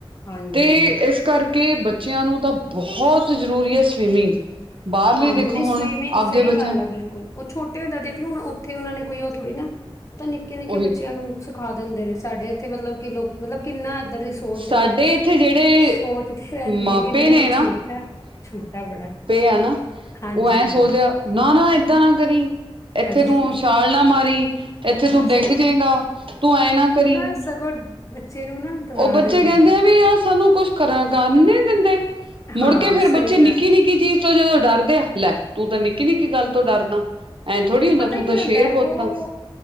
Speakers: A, on the left; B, on the right.
A: ਹਾਂਜੀ।
B: ਤੇ ਇਸ ਕਰ ਕਿ ਬੱਚਿਆਂ ਨੂੰ ਤਾਂ, ਬਹੁਤ ਜ਼ਰੂਰੀ ਹੈ ਸਵੀਮਿੰਗ। ਬਾਹਰਲੇ
A: ਹਾਂਜੀ
B: ਦੇਖੋ
A: ਨਹੀਂ ਸਵੀਮਿੰਗ
B: ਹੁਣ ਆਪਦੇ
A: ਸਹੀ
B: ਬੱਚਿਆਂ
A: ਗੱਲ ਹੈ ਬਿਲਕੁਲ ਉਹ ਛੋਟੇ ਹੁੰਦੇ ਦੇਖ ਲਓ ਹੁਣ ਉੱਥੇ ਉਹਨਾਂ ਨੇ ਕੋਈ ਉਹ ਥੋੜ੍ਹੀ ਨਾ ਉਹ ਤਾਂ, ਨਿੱਕੇ ਨਿੱਕੇ
B: ਉਹੀ
A: ਬੱਚਿਆਂ ਨੂੰ ਸਿਖਾ ਦਿੰਦੇ ਨੇ ਸਾਡੇ ਇੱਥੇ, ਮਤਲਬ ਕਿ ਲੋਕ, ਮਤਲਬ ਕਿੰਨਾ ਏਦੀ ਸੋਚ
B: ਸਾਡੇ
A: ਨਾ ਬਸ,
B: ਇੱਥੇ ਜਿਹੜੇ
A: ਸੋਚਦੇ ਰਹਿਣਗੇ
B: ਮਾਪੇ
A: ਇੰਨਾ
B: ਨੇ
A: ਛੋਟਾ ਛੋਟਾ ਬੜਾ।
B: ਹਨਾ,
A: ਹਾਂਜੀ-ਹਾਂਜੀ
B: ਉਹ ਐਂ ਸੋਚ ਨਾ ਨਾ ਏਦਾਂ ਨਾ ਕਰੀ, ਇੱਥੇ
A: ਹਜੇ
B: ਤੂੰ
A: ਵੀ
B: ਛਾਲ ਨਾ ਮਾਰੀ, ਇੱਥੇ ਤੂੰ
A: ਸਹੀ
B: ਡਿੱਗ ਜੇਗਾ, ਤੂੰ ਐਂ ਨਾ
A: ਉਹ
B: ਕਰੀ।
A: ਸਗੋਂ ਬੱਚੇ ਨੂੰ ਨਾ ਡਰਾ
B: ਉਹ ਬੱਚੇ
A: ਦਿੰਦੇ
B: ਕਹਿੰਦੇ
A: ਨੇ
B: ਆ ਵੀ ਆ ਸਾਨੂੰ ਕੁਛ ਕਰਨ ਕਾਰਨ ਨਹੀਂ ਦਿੰਦੇ ਮੁੜਕੇ
A: ਹਾਂ
B: ਫੇਿਰ
A: ਸਹੀ
B: ਬੱਚੇ ਨਿੱਕੀ,
A: ਗੱਲ
B: ਨਿੱਕੀ ਚੀਜ਼ ਤੋਂ ਜਦੋਂ ਡਰਦੇ ਆ ਲੈ ਤੂੰ ਤਾਂ ਨਿੱਕੀ ਨਿੱਕੀ ਗੱਲ ਤੋਂ ਡਰਦਾ ਐਂ ਥੋੜ੍ਹੀ ਹੁੰਦਾ
A: ਉਹ ਪਤਾ
B: ਤੂੰ
A: ਕੀ
B: ਤਾਂ ਸ਼ੇਰ
A: ਹੁੰਦਾ
B: ਪੁੱਤ
A: ਉਹ
B: ਆ